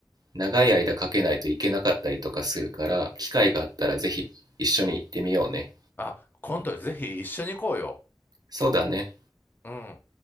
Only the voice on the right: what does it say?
う、長い間かけないといけなかったりとかするから、機会があったらぜひ一緒に行ってみようね。
そうだね。